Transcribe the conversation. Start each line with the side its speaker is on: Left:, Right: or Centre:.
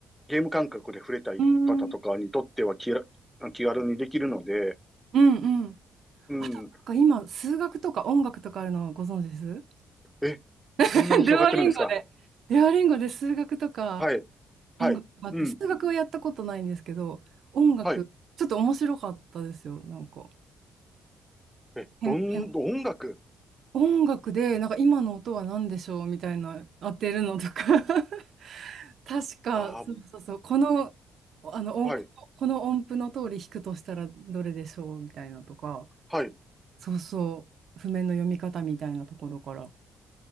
Centre: ゲーム感覚で触れたい方とかにとっては気ら
Right: うん。
Centre: 気軽にできるので、
Right: うんうん。
Centre: うん、
Right: あとなんか今、数学とか音楽とかあるのご存知です
Centre: え、そんなに広がってるんですか
Right: <laughs> デュオリンゴで。デュオリンゴで数学とか。
Centre: はい、
Right: 音楽があって、
Centre: はい、うん、
Right: 数学はやったことないんですけど、音楽、
Centre: はい。
Right: ちょっと面白かったですよ、なんか。
Centre: え、
Right: へんへん
Centre: どん、音楽
Right: 音楽で、なんか今の音は何でしょうみたいな当てるのとか <laughs> 確か、
Centre: あ
Right: そうそうそう、この、あの音、
Centre: あ、はい、
Right: この音符の通り弾くとしたらどれでしょうみたいなとか、
Centre: はい。
Right: そうそう、譜面の読み方みたいなところから